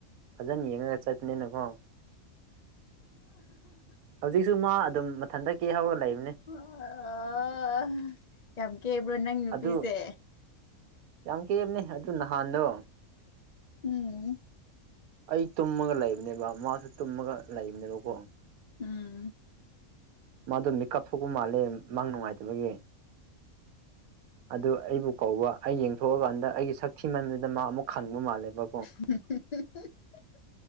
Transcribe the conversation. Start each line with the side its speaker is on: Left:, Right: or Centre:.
Right: ꯐꯖꯅ ꯌꯦꯡꯉꯒ ꯆꯠ ꯃꯤꯅ ꯀ‌ꯣ ꯍꯧꯖꯤꯛꯁꯨ ꯃꯥ ꯑꯗꯨꯝ ꯃꯊꯟꯇ ꯀꯦꯍꯧꯔꯒ ꯂꯩꯕꯅꯤ
Left: ꯑꯥ ꯌꯥꯝ ꯀꯦꯕ꯭ꯔꯣ ꯅꯪ ꯅꯨꯄꯤꯁꯦ
Right: ꯑꯗꯨ ꯌꯥꯝ ꯀꯦꯕꯅꯦ ꯑꯗꯨ ꯅꯍꯥꯟꯗꯣ
Left: ꯎꯝ
Right: ꯑꯩ ꯇꯨꯝꯃꯒ ꯂꯩꯕꯅꯦꯕ ꯃꯥꯁꯨ ꯇꯨꯝꯃꯒ ꯂꯩꯕꯅꯦꯕꯀꯣ
Left: ꯎꯝ
Right: ꯃꯥꯗꯣ ꯃꯤꯀꯞ ꯊꯣꯛꯄ ꯃꯥꯜꯂꯦ ꯃꯪ ꯅꯨꯡꯉꯥꯏꯇꯕꯒꯤ ꯑꯗꯨ ꯑꯩꯕꯨ ꯀꯧꯕ ꯑꯩ ꯌꯦꯡꯊꯣꯛꯑꯀꯥꯟꯗ ꯑꯩꯒꯤ ꯁꯛ ꯊꯤꯃꯟꯕꯗ ꯃꯥ ꯑꯃꯨꯛ ꯈꯪꯕ ꯃꯥꯜꯂꯦꯕ
Left: <unintelligible>